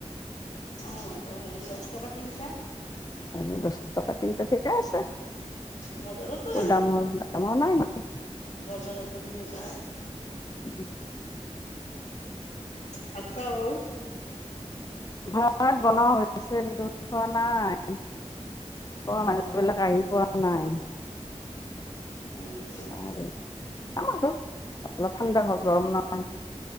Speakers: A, on the left (about 85°); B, on the left (about 35°).
A: অঁ দ হেৰি দছ টকাত তিনিটা।
B: অ মোৰ দছটকাত তিনিটা ঠিকে আছে,
A: বজাৰতো
B: অ দামৰ দাম হোৱা নাই ইমান।
A: বজাৰটো তিনিটা।
B: উম।
A: ভাত খোৱা হ'ল?
B: ভাত বনোৱা হৈছে কিন্তু খোৱা নাই। অ
A: অঁ
B: মানুহবিলাক আহি পোৱা নাই।
A: <unintelligible>
B: <unintelligible>